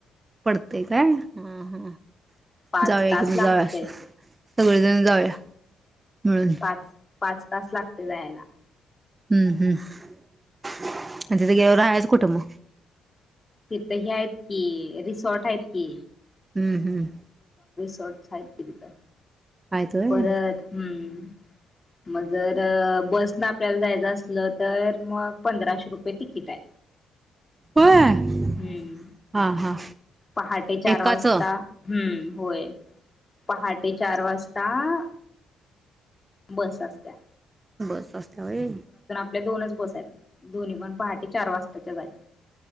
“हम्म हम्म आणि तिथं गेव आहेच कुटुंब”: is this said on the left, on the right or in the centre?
Right